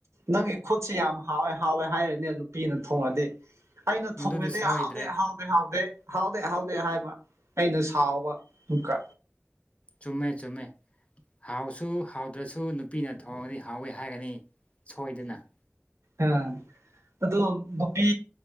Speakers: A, on the right; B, on the left.
A: ꯅꯪꯒꯤ ꯈꯨꯠꯁꯦ ꯌꯥꯝ ꯍꯥꯎꯋꯦ ꯍꯥꯎꯋꯦ ꯍꯥꯏꯔꯤꯅꯦ ꯅꯨꯄꯤꯅ ꯊꯣꯡꯉꯗꯤ ꯑꯩꯅ
B: ꯃꯗꯨꯗꯤ
A: ꯊꯣꯡꯉꯦꯗꯤ
B: ꯁꯣꯏꯗ꯭ꯔꯦ
A: ꯍꯥꯎꯗꯦ ꯍꯥꯎꯗꯦ ꯍꯥꯎꯗꯦ ꯍꯥꯎꯗꯦ ꯍꯥꯎꯗꯦ ꯍꯥꯏꯕ ꯑꯩꯅ ꯁꯥꯎꯕ ꯑꯃꯨꯛꯀ
B: ꯆꯨꯝꯃꯦ ꯆꯨꯝꯃꯦ ꯍꯥꯎꯁꯨ ꯍꯥꯎꯗ꯭ꯔꯁꯨ ꯅꯨꯄꯤꯅ ꯊꯣꯡꯉꯗꯤ ꯍꯥꯎꯋꯦ ꯍꯥꯏꯒꯅꯤ ꯁꯣꯏꯗꯅ
A: ꯑꯝ ꯑꯗꯣ ꯄꯤ